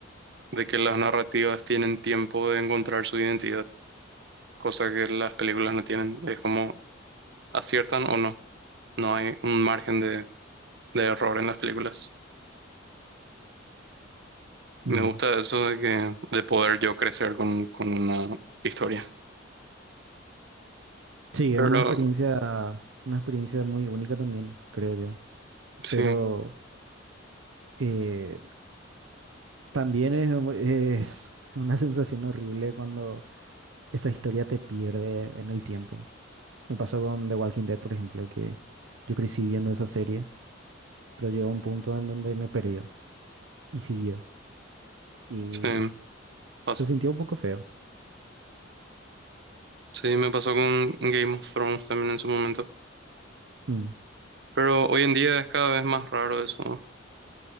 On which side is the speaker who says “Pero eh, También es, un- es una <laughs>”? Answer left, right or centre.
Right